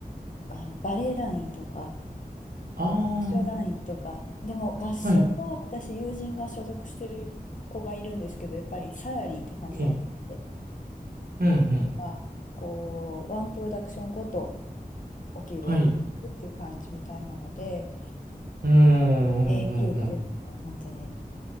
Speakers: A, on the left (about 55°); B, on the right (about 75°).
A: あの、バレエ団員とか、
B: あ
A: 合唱団員とか。でも合唱は私、
B: あ、はい。
A: 友人が所属してる子がいるんですけど、やっぱりサラリーって感じではなくて、
B: いい。うんうん。
A: なんかこう、ワンプロダクションごとお給料いただくっていう感じみたいなので、
B: はい。うーん、うんうんうん。
A: 永久っていうのも本当に